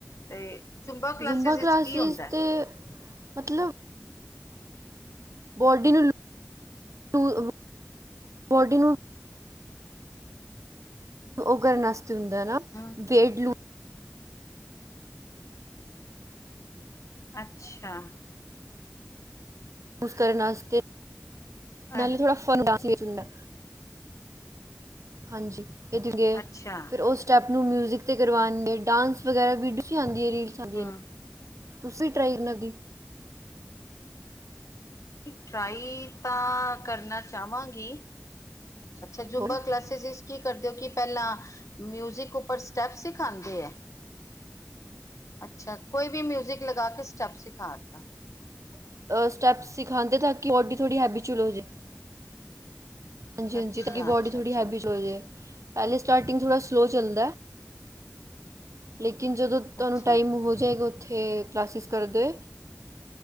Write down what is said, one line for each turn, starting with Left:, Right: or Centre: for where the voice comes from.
Left: ਤੇ ਜੁੰਬਾ ਕਲਾਸਿਸ
Right: ਜ਼ੁੰਬਾ
Left: ਵਿੱਚ ਕੀ ਹੁੰਦੈ।
Right: ਤੇ ਮਤਲਬ ਬੋਡੀ ਨੂੰ <inaudible> ਬੋਡੀ ਨੂੰ ਓ ਕਰਨ ਆਸਤੇ ਹੁੰਦੈ ਨਾ
Left: ਹਮ
Right: ਵੇਟ ਲੂ
Left: ਅੱਛਾ।
Right: ਲੂਜ਼ ਕਰਨ ਆਸਤੇ ਨਾਲੇ
Left: ਅ
Right: ਥੋੜ੍ਹਾ ਹਾਂਜੀ <unintelligible>
Left: ਅੱਛਾ
Right: ਫੇਰ ਓਸ ਸਟੈਪ ਨੂੰ ਮਿਊਜ਼ਿਕ ਤੇ ਕਰਵਾਣਗੇ ਡਾਂਸ ਵਗੈਰਾ ਵੀਡੀਓਜ਼ ਆਂਦੀ ਰੀਲਸ ਆਂਦੀ
Left: ਹਮ
Right: ਤੁਸੀ ਟਰਾਈ ਕਰਨਾ ਦੀ।
Left: ਟਰਾਈ ਤਾਂ ਕਰਨਾ ਚਾਵਾਂਗੀ। ਅੱਛਾ ਜੁਮਬਾ
Right: ਹੋਰ ਨਹੀਂ
Left: ਕਲਾਸਿਸ ਇਚ ਕੀ ਕਰਦੇ ਓ ਕਿ ਪੈਲਾਂ ਮਿਊਜਿਕ ਉੱਪਰ ਸਟੈਪ ਸਿਖਾਂਦੇ ਐ। ਅੱਛਾ ਕੋਈ ਵੀ ਮਿਊਜ਼ਿਕ ਲਗਾ ਕੇ ਸਟੈਪ ਸਿਖਾਤਾ।
Right: ਸਟੈਪਸ ਸਿਖਾਂਦੇ ਤਾਂ ਕਿ ਓਡੀ ਥੋੜੀ ਹੈਬੀਚੁਲ ਹੋਜੇ। ਹਾਂਜੀ
Left: ਅੱਛਾ
Right: ਹਾਂਜੀ ਤਾਂ ਕਿ ਬੋਡੀ
Left: ਅੱਛਾ
Right: ਥੋੜੀ
Left: ਅੱਛਾ
Right: ਹੈਬੀਚਲ ਹੋਜੇ। ਪੈਲੇ ਸਟਾਰਟਿੰਗ ਥੋੜਾ ਸਲੋ ਚੱਲਦਾ ਐ‌। ਲੇਕਿਨ ਜਦੋਂ ਤਾਨੂੰ
Left: ਅੱਛਾ
Right: ਟਾਈਮ ਹੋ ਜੇਗਾ ਓਥੇ ਕਲਾਸਿਸ ਕਰਦੇੇ